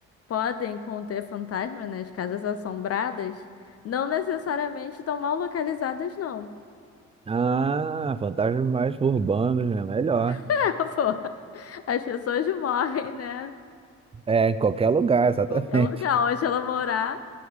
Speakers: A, on the left; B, on the right.
A: podem conter fantasma nas casas assombradas, não necessariamente estão mal localizadas, não. <laughs>
B: Ah, fantasmas mais urbanos, né? Melhor.
A: É, pô, as pessoas morrem, né?
B: É, em qualquer lugar, <laughs> exatamente.
A: Qualquer lugar onde ela morar,